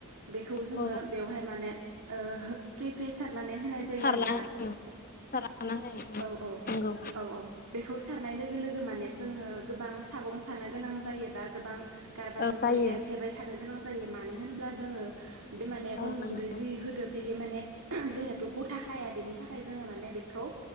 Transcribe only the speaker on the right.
बेखौ जोङो
बेवहाय माने ओ हो फ्रि फ्रि सारनानै होनाय जायो
नोंथां
औ औ
औ औ बेखौ सारनाय लोगो लोगो माने जोङो गोबां सागं सानो गोनां जायो बा गोबां गारबाजोंनो
एरफ्लेबाय थानो गोनां जायो मानो होनोब्ला जोङो बे माने
अन
गुन्दै जि होदो बेयो माने जिहेथु गथा खाया बेनि थाखाय जोङो माने बेखौ